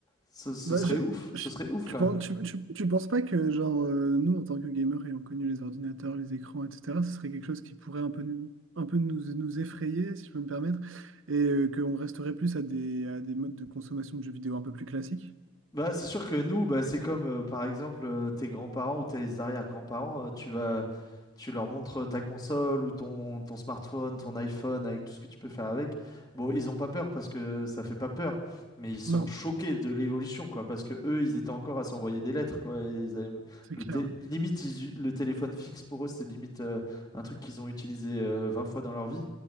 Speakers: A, on the left (about 20°); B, on the right (about 70°).
A: ce, ce
B: Bah,
A: serait
B: je,
A: ouf, ce
B: je-
A: serait ouf
B: tu
A: quand
B: penses,
A: même.
B: tu, tu, tu penses pas que, genre, euh, nous, en tant que gamers, ayant connu les ordinateurs, les écrans, etc., ce serait quelque chose qui pourrait un peu, nous- un peu nous, nous effrayer, si je peux me permettre, et euh, qu'on resterait plus à des, à des modes de consommation de jeux vidéo un peu plus classiques?
A: Bah, c'est sûr que nous, bah, c'est comme euh, par exemple euh, tes grands-parents ou tes arrière-grands-parents, euh, tu vas, tu leur montres ta console ou ton, ton smartphone, ton iPhone avec tout ce que tu peux faire avec. Bon, ils ont pas peur parce que ça fait pas peur, mais ils sont
B: Non,
A: choqués de l'évolution, quoi, parce que eux, ils étaient encore à s'envoyer des lettres, quoi. et ils avaient
B: c'est
A: le
B: clair.
A: té- limite, ils u- le téléphone fixe pour eux, c'était limite euh, un truc qu'ils ont utilisé euh, 20 fois dans leur vie.